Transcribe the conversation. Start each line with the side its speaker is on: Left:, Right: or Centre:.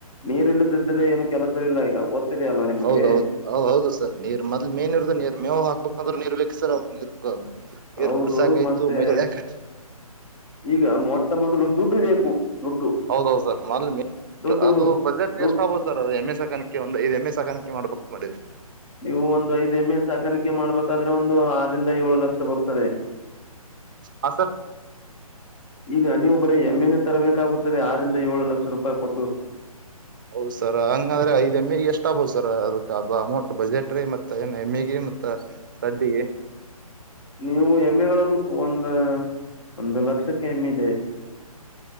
Left: ನೀರ್ ಇಲ್ಲದಿದ್ದ್ರೆ ಏನು ಕೆಲಸ ಇಲ್ಲ ಈಗ ಗೊತ್ತಿದೆಯಲ್ಲ ನಿಮಗೆ
Right: ಹೌದೌದು ಹ ಹೌದು ಸರ್ ನೀರ್ ಮದ್ಲ್ ಮೇನ್ ಇರ್ದ ನೀರ್ ಮೇವು ಹಾಕ್ಬೇಕು ಅಂದ್ರೆ ನೀರ್ ಬೇಕು ಸರ್ ಅವ ನೀರ್ ನೀರ್
Left: ಹೌದು
Right: ಕುಡ್ಸಾಕಾಯ್ತು
Left: ಮತ್ತೆ
Right: ಮೈ ತೊಳ್ಯಾಕ
Left: ಈಗ ಮೊಟ್ಟ ಮೊದಲು ದುಡ್ಡು ಬೇಕು ದುಡ್ಡು
Right: ಹೌದೌದು ಸರ್ ಮದ್
Left: ದುಡ್ಡು
Right: ಅದು ಬಜೆಟ್
Left: ದುಡ್ಡು
Right: ಎಷ್ಟು ಆಗ್ಬೋದು ಸರ್ ಅದು ಎಮ್ ಎಸ್ ಸಾಕಾಣಕ್ಕೆೆ ಒಂದು ಐ್ ಎಮ್ ಎಸ್ ಸಾಣಿಕೆ ಮಾಡ್ಬೇಕಕ್ತ್ ಮಾಡಿರರಿ
Left: ನೀವು ಒಂದು ಐದ್ ಎಮ್ಮ ಎ ಸಾಕಾಣಿಕೆ ಮಾಡ್ಬೇಕಾದ್ರೆ ಒಂದು ಆರರಿಂದ ಏಳು ಲಕ್ಷ ಬರ್ತದೆ. <inaudible>
Right: ಹ ಸರ್.
Left: ಈಗ ನೀವು ಬರೀ ಎಮ್ಮೆನೆ ತರಬೇಕಾಗುತ್ತದೆ ಆರಿಂದ ಏಳ ಲಕ್ಷ ರೂಪಾಯಿ ಕೊಟ್ಟು.
Right: ಹೌದ್ ಸರ್ ಹಂಗಂದ್ರೆ ಐದ ಮೇ ಎಷ್ಟ ಆಗ್ಬಹದು ಸರ್ ಅದಕ್ ಅಮೌಂಟ್ ಬಜೆಟ್ರಿ ಮತ್ತ ಏನ ಎಮ್ಮೆಗೆ ಮತ್ತ ಸಡ್ಡಿಗೆ.
Left: ನೀವು ಎಮ್ಮೆಗಳನ್ನು ಒಂದು ಒಂದು ಲಕ್ಷಕ್ಕೆ ಎಮ್ಮಿ ಇದೆ. <inaudible>